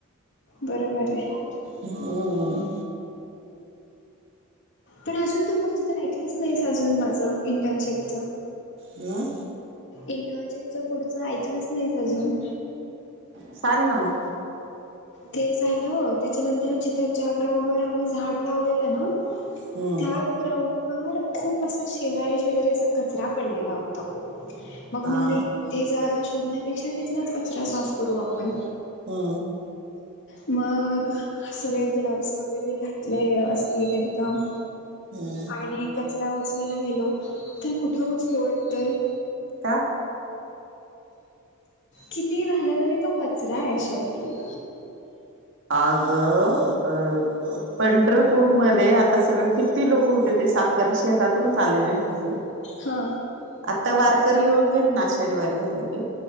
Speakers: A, on the left; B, on the right.
A: बरोबर आहे
B: हम्म,
A: पण अजून तू पुढचं तर ऐकलंच नाहीस, अजून माझं इंटर्नशिपच.
B: अं,
A: इंटर्नशिपच पुढचं ऐकलंच नाही अजून
B: सांग ना मग
A: ते झालं, त्याच्यानंतर जिथे ज्या ग्राउंड वर आम्ही झाड लावलेलं ना
B: हम्म
A: त्या ग्राउंड वर खूप असा शेजारी -शेजारी असा कचरा पडलेला होता खूप. मग म्हणले
B: हा
A: कि ते जागा शोधण्यापेक्षा तिथंलाच कचरा साफ करू आपण.
B: हा.
A: मग सगळे ग्लव्ज वगैरे घातले व्यवस्थित एकदम
B: हम्म
A: आणि कचरा उचलायला गेलो तर कुठलं उचलू वाटतयं.
B: का?
A: कितीही झालं तरी तो कचरा आहे शेवटी.
B: आगं पंढरपूरमध्ये आता सगळं कि ती लोकं होते ते साफ कर शहरातूनच आलेले होते.
A: हा.
B: आत्ता वारकरी येऊन गेले ना आषाढी वारी झाली ते